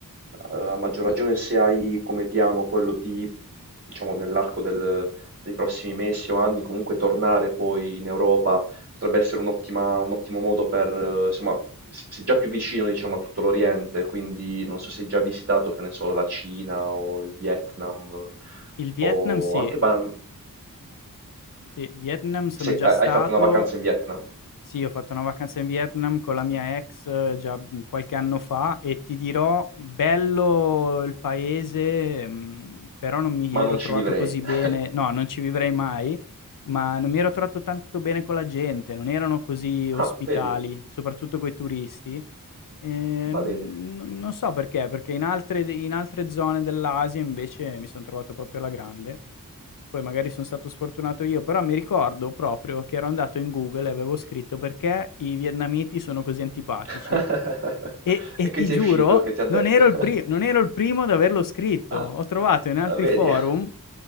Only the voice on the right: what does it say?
uhm, a maggior ragione se hai come piano quello di diciamo nell'arco del dei prossimi mesi o anni comunque tornare poi in Europa Potrebbe essere un'ottima un ottimo modo per eh, insomma, s sei già più vicino diciamo a tutto l'Oriente, quindi non so se hai già visitato, che ne so, la Cina o il Vietnam
o
anche ban
se
ha
hai fatto una vacanza in Vietnam,
ma
non ci
vivrei.
<laughs>
Ah,
vedi,
ma
vedi.
<laughs>
E che
ti
è uscito? Che ti ha detto?
<laughs>
Ah,
vedi,